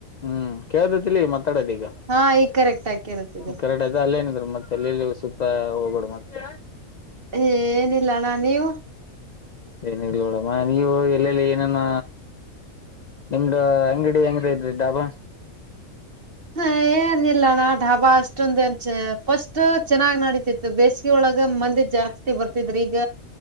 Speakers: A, on the left; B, on the right.
A: ಹ್ಮ್ ಕೇಳ್ದತಿ ಮಾತಾಡೋದು ಈಗ
B: ಹಾ ಈಗ ಕರೆಕ್ಟ್ ಆಗಿ ಕೇಳುತ್ತಿದೆ
A: ಕೆರಡತ ಅಲ್ಲೇನ. ಮತ್ತೆ ಎಲ್ಲಿಲ್ಲಿ ಸುತ್ತ ಹೋಗೋಡು ಮತ್ತೆ.
B: ಏ ಏನಿಲ್ಲ ಅಣ್ಣ ನೀವು.
A: ಏನ್ ಇೋಡಮ್ಮ ನೀ ಎಲ್ಲೆಲ್ಲಿ ಏನೇನ. ನಿಮ್ದ ಅಂಗಡಿ ಹೆಂಗ ಇದ್ರಿ ಡಾಬಾ.
B: ಹ ಏನ್ ಇಿಲ್ಲಣ್ಣ ಡಾಬಾ ಅಷ್ಟೊಂದ ನ್ಚ ಫಸ್ಟ್ ಚೆನ್ನಾಗ್ ನಡೀತಿತ್ತು ಬೇಸಿಗೆ ಒಳಗ. ಇಾಗ ಮಂದಿ ಜಾಸ್ತಿ ಬರ್ತಿದ್ರ ಈಗ